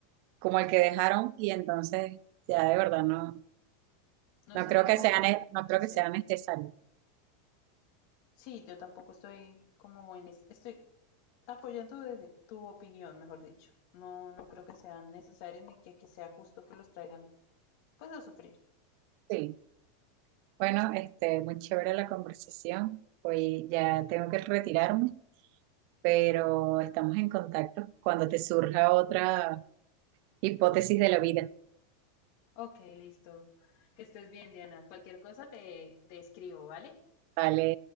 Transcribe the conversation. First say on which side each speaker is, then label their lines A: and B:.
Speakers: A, on the right; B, on the left.
A: como el que dejaron y entonces ya de verdad no,
B: No
A: no
B: sería
A: creo que
B: bueno.
A: sea, ne- no creo
B: Sí.
A: que sea necesario.
B: Sí, yo tampoco estoy como en es- estoy apoyan tu, de- tu opinión, mejor dicho. No, no creo que sean necesarios ni que, que sea justo que los traigan, pues, a sufrir.
A: Sí, bueno, este, muy chévere la conversación. Hoy ya tengo que retirarme, pero estamos en contacto cuando te surja otra hipótesis de la vida.
B: Ok, listo. Que estés bien, Diana. Cualquier cosa te, te escribo, ¿vale?
A: Vale.